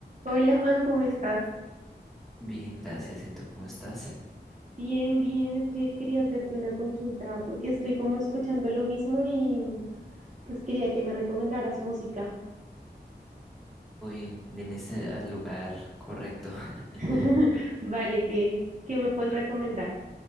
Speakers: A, on the right; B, in the centre.
A: Hola Juan, ¿cómo estás?
B: Bien, gracias. ¿Y tú cómo estás?
A: Bien, bien, es que quería hacerte una consulta porque estoy como escuchando lo mismo y mm, pues quería que me recomendaras música.
B: Hoy viniste al lugar correcto.
A: <laughs>
B: <laughs>
A: Vale, ¿qué, qué me puedes recomendar?